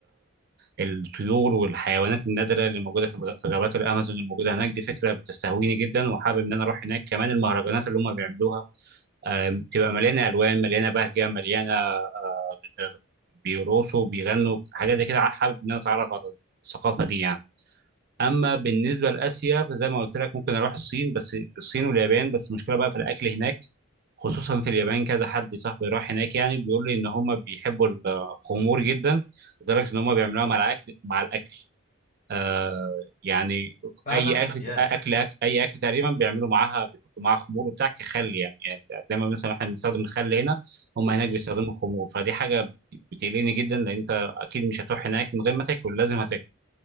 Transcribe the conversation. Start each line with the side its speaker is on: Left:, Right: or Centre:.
Right: الطيور والحيوانات النادرة اللي موجودة في الغ- في غابات الأمازون الموجودة هناك دي فكرة بتستهويني جدا وحابب إن أنا أروح هناك كمان المهرجانات اللي هم بيعملوها آه، بتبقى مليانة ألوان مليانة بهجة مليانة آه، بيرقصوا بيغنوا حاجات زي كده حابب إن أنا أتعرف على الثقافة دي يعني أما بالنسبة لآسيا فزي ما قلت لك ممكن أروح الصين بس الصين واليابان بس المشكلة بقى في الأكل هناك خصوصا في اليابان كذا حد صاحبي راح هناك يعني بيقول لي ان هم بيحبوا الخمور جدا لدرجه ان هم بيعملوها مع الاكل مع الاكل آه يعني
Left: فعلا
Right: اي اكل
Left: يا
Right: اكل أكل- اي اكل تقريبا بيعملوا معاها بيحطوا معاها خمور وبتاع كخل يعني يعني زي ما مثلا احنا بنستخدم الخل هنا هم هناك
Left: yeah.
Right: بيستخدموا الخمور فدي حاجه بتقلقني جدا لان انت اكيد مش هتروح هناك من غير ما تاكل لازم هتاكل